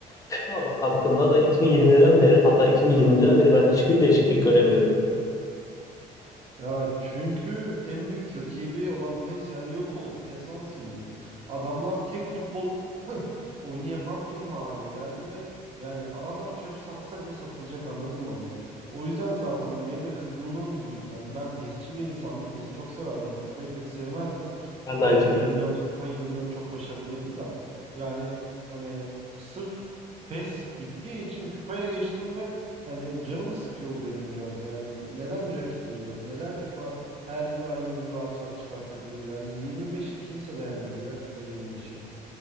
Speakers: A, on the left (about 20°); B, on the right (about 40°).
A: FIFA hakkında da 2020'den beri hatta 2020'den beri ben hiçbir değişiklik göremiyorum.
B: Ya çünkü en büyük rakibi olan PES yani yok oldu. Piyasadan silindi. Adamlar tek futbol oyunu yapan firma haline geldi ve yani adamlar çöp satsa bile satılacak anladın mı hani? O yüzden zaten hani benim de kızgınlığım bu yüzden. Ben PES'çi bir insandım. PES çok severdim. FIFA'yı pek sevmezdim.
A: Ben de
B: Tabii
A: aynı şekilde.
B: 24 FIFA 24 çok başarılıydı da yani hani sırf PES bittiği için FIFA'ya geçtim ve hani canımı sıkıyor bu benim biraz yani neden bir rakipleri yok? Neden FIFA her yıl aynı oyunu rahat rahat çıkartabiliyor? Yani 25'i kimse beğenmedi ya FIFA 25'i.